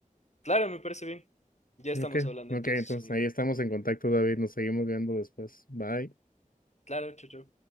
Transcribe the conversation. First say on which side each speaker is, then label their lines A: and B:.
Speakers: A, on the left; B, on the left.
A: Claro, me parece bien. Ya estamos
B: Ok,
A: hablando
B: ok,
A: entonces,
B: entonces
A: amigo.
B: ahí estamos en contacto, David. Nos seguimos viendo después. Bye.
A: Claro, chao, chao.